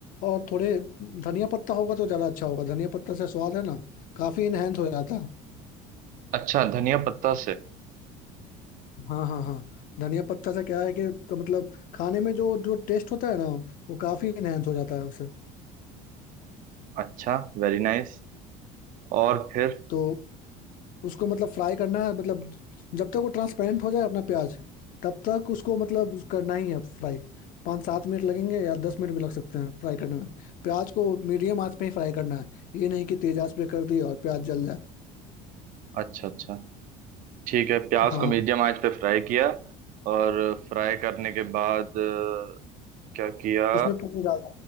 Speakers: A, on the left; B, on the right.
A: और थोड़े धनिया पत्ता होगा तो ज़्यादा अच्छा होगा धनिया पत्ता से स्वाद है ना काफ़ी इनहेंस हो जाता है
B: अच्छा धनिया पत्ता से
A: हाँ हाँ हाँ धनिया पत्ता से क्या है कि क- मतलब खाने में जो जो टेस्ट होता है ना वो काफ़ी इनहेंस हो जाता है उससे
B: अच्छा वेरी नाइस और फिर
A: तो उसको मतलब फ्राई करना है मतलब जब तक वो ट्रांसपेरेंट हो जाए अपना प्याज तब तक उसको मतलब करना ही है फ्राई पाँच सात मिनट लगेंगे या दस मिनट भी लग सकते हैं फ्राई करने में प्याज को मीडियम आंच पे ही फ्राई करना है ये नहीं कि तेज आंच पे कर दी और प्याज जल जाए
B: अच्छा अच्छा ठीक है प्याज
A: हाँ
B: को मीडियम आंच पे फ्राई किया और फ्राई करने के बाद अ, क्या किया
A: उसमें पनीर डाल